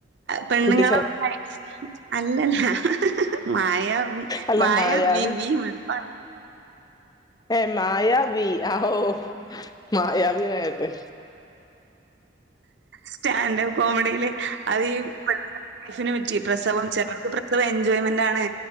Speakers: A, on the right (about 60°); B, on the left (about 20°).
A: പെണ്ണുങ്ങളെ
B: കുട്ടിച്ച
A: അല്ലല്ല മായവി
B: അല്ല
A: മായവി
B: മായാവി
A: വി ഉൽപ്പാടെ
B: ഏ മായവി ഓ മായവി എന്നാ കേട്ടേ
A: സ്റ്റാൻഡപ്പ് കോമഡിയില് അത് ലൈഫിനന് പറ്റി പ്രസവം എൻജോയ്മെന്റ് ആണ്